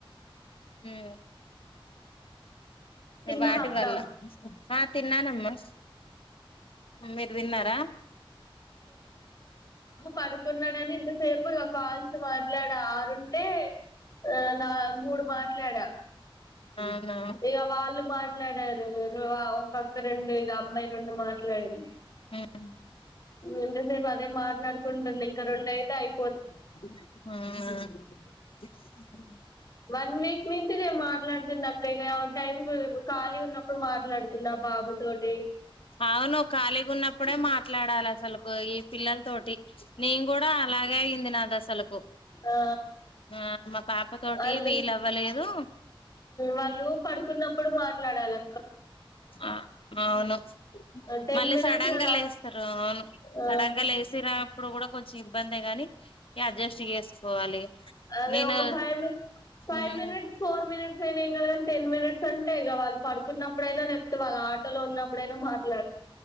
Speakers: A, on the left; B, on the left.
A: ఉమ్
B: తిన్నావా
A: వాటి
B: అక్క
A: వల్ల ఆ తిన్నానమ్మా మీరు తిన్నారా
B: పడుకున్నడని ఇంతసేపు ఇక కాల్స్ మాట్లాడ ఆరుంటే ఆ నా మూడు మాట్లాడా
A: అవునా
B: ఇగ వాళ్ళు మాట్లాడారు ను ఆ ఒక అక్క రెండు ఇగ అమ్మాయి రెండు మాట్లాడింది
A: ఉహ్
B: ఎంతసేపు అదే మాట్లాడుకుంటున్నా ఇంక రెండ అయితే అయి
A: ఆ
B: వన్ వీక్ నుంచి నెన్ మాట్లాడుతున్నా అక్క ఇగ టైమ్ ఖాళీ ఉన్నప్పుడు మాట్లాడుతున్నా ఆ పా మ తోటి
A: అవును ఖాళీగా ఉన్నప్పుడే మాట్లాడాలి అసలుకు ఈ పిల్లల్ తోటి నేను కూడా అలాగే అయ్యంది నాదసలు బో
B: ఆ
A: ఆ మా పాప తోటి
B: వాళ్ళు
A: వీలవ్వలేదు
B: వాళ్ళు పడుకున్నప్పుడు మాట్లాడాలా
A: ఆ అవును
B: టెన్
A: మళ్ళీ
B: మినిట్స్
A: సడన్
B: కదా
A: గా లేస్తారు అవును
B: ఆ
A: సడన్ గా లేసిరా ఇప్పుడు కూడా కొంచెం ఇబ్బంది గాని ఇగ అడ్జస్ట్ చేసుకోవాలి
B: అదే
A: నేను
B: ఒ ఫైవ్ మినే ఫైవ్
A: మ్
B: మినిట్స్ ఫోర్ మినిట్ ట్స్ అయిన ఎంగాద్ టెన్ మినిట్స్ అంటే ఇగవాల్ పడుకున్నప్పుడైనా లేపోతే వాళ్ ఆటలో ఉన్నప్పుడైనా మాట్